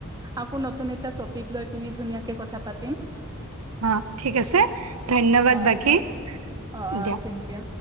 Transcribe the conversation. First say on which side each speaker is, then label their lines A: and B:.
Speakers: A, on the right; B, on the right.
A: আকৌ নতুন এটা টপিক লৈ পিনি ধুনীয়াকে কথা পাতিম,
B: অ ঠিক আছে ধন্যবাদ
A: অ',
B: বাকী
A: হয় অ', অ',
B: দিয়া
A: থেংক ইউ।